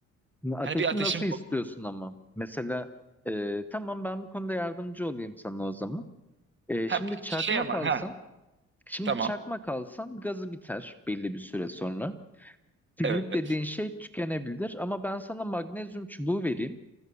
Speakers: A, in the centre; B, on the right.
A: Şimdi Ateşi
B: Hani bir ateşim
A: nasıl istiyorsun
B: olsun.
A: ama? Mesela e, tamam ben bu konuda yardımcı olayım sana o zaman. E,
B: Ha,
A: şimdi çakmak
B: şey ama
A: alsan,
B: ha
A: şimdi
B: tamam.
A: çakmak alsan gazı biter belli bir süre sonra. Kibrit
B: Evet.
A: dediğin şey tükenebilir ama ben sana magnezyum çubuğu vereyim.